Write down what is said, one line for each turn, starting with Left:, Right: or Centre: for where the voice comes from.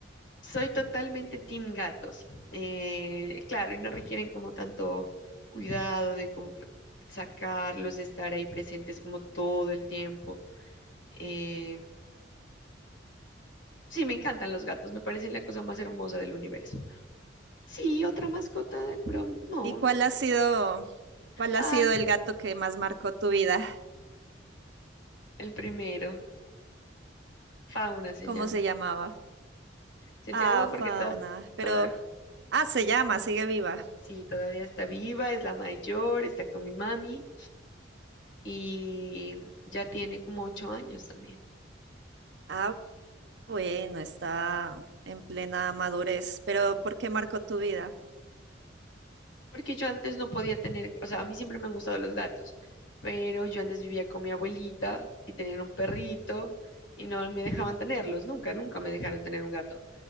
Left: Soy totalmente team gatos. Eh, claro, y no requieren como tanto cuidado de cómo p- sacarlos, de estar ahí presentes como todo el tiempo. Eh, sí, me encantan los gatos, me parecen la cosa más hermosa del universo. Sí, otra mascota de pronto. No.
Right: ¿Y cuál ha sido, cuál ha
Left: Ay,
Right: sido el gato que más marcó tu vida?
Left: el primero. Fauna se
Right: ¿Cómo
Left: llama.
Right: se llamaba?
Left: Se
Right: Ah,
Left: llama porque
Right: Fauna.
Left: toda,
Right: Pero
Left: toda,
Right: Ah, se llama, sigue viva.
Left: sí, todavía está viva, es la mayor, está con mi mami y ya tiene como ocho años también.
Right: Ah, bueno, está en plena madurez. Pero ¿por qué marcó tu vida?
Left: Porque yo antes no podía tener, o sea, a mí siempre me han gustado los gatos, pero yo antes vivía con mi abuelita y tenían un perrito y no me dejaban tenerlos, nunca, nunca me dejaron tener un gato.